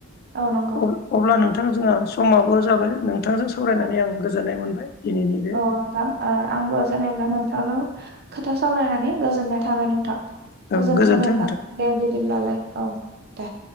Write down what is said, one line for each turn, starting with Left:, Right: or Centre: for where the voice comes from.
Right: औ नंगौ
Left: अब-अब्ला नोंथां जोंहा समाबो जाबाय नोंथांजों सावरायनानै
Right: औ
Left: आं गोजोन नाय मोनबाय। दिनैनि बे
Right: औ नोंथां ओ आंबो जेनेब्ला नोंथा थां जों खोथा सावरायनानै गोजोननाय थाबाय नोंथां।
Left: औ
Right: गोजोनथों
Left: गोजोन्थों
Right: नोंथां दे बिदिब्लालाय औ दे।